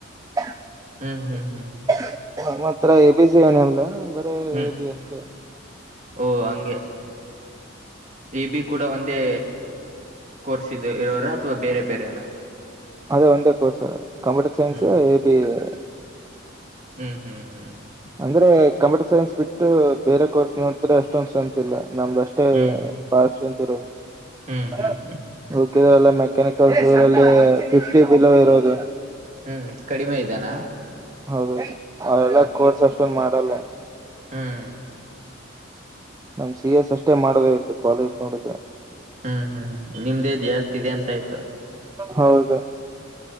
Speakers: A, on the right; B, on the right.
A: <unintelligible>
B: ಹ್ಮ್ ಹ್ಮ್ ಹ್ಮ್
A: ನಮ್ಮ ಹತ್ರ ಎ ಬಿ ಸಿ ಏನಲ್ಲ ಬರೇ
B: ಹ್ಮ್
A: ಎ ಬಿ ಅಷ್ಟೇ.
B: ಓ ಹಂಗೆ. ಎ ಬಿ ಕೂಡ ಒಂದೇ ಕೋರ್ಸ್ ಇ ಇರೋರ ಅಥವಾ ಬೇರೆ ಬೇರೆನ
A: ಅದೇ ಒಂದೇ course computer science
B: hmm
A: A B A
B: ಹ್ಮ್ ಹ್ಮ್ ಹ್ಮ್
A: ಅಂದ್ರೆ ಕಂಪ್ಯೂಟರ್ ಸೈನ್ಸ್ ಬಿಟ್ಟು ಬೇರೆ ಕೋರ್ಸ್ ನೋಡಿದ್ರೆ ಅಷ್ಟೊಂದ ಸ್ಟ್ರತ ಇಲ್ಲ ನಮ್ದು ಅಷ್ಟು ಎ
B: ಹ್ಮ್
A: ಬಾಳ ಸ್ಟ್ರೆಂತ್ ಇರೋದ್
B: ಹ್ಮ್
A: <unintelligible>
B: ಹ್ಮ್ ಹ್ಮ್
A: ಓಕೆ ಎಲ್ಲ ಮೆಕ್ಯಾನಿಕಲ್ಲ್ಲಿ ಫಿಫ್ಟಿ ಬಿಲೋ ಇರೋದು.
B: ಹ್ಮ್ ಕಡಿಮೆ ಇದಾನ
A: ಹೌದು ಅವೆಲ್ಲ
B: ಹ್ಮ್
A: ಕೋರ್ಸ್ ಅಷ್ಟೊನ್ ಮಾಡಲ್ಲ.
B: ಹ್ಮ್
A: ನಮ್ ಸಿ ಎಸ್ ಅಷ್ಟೇ ಮಾಡ ಬೇಕ್ ಇತ್ತ ಕಾಲೇಜ್ ನೋಡಿದ್ರೆ.
B: ಹ್ಮ್ ಹ್ಮ್ ನಿಮ್ದೇ ಜಾಸ್ತಿ ಇದೆ ಅಂತ ಆಯ್ತು.
A: ಹೌದು